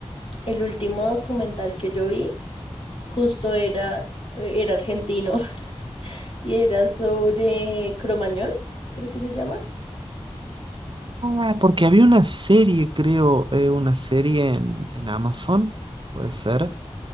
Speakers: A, on the left; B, on the right.
A: el último documental que yo vi justo era, eh, era argentino <laughs> y era sobre Cromañón, creo que se llama.
B: Ah, porque había una serie, creo, eh, una serie en, en Amazon, puede ser.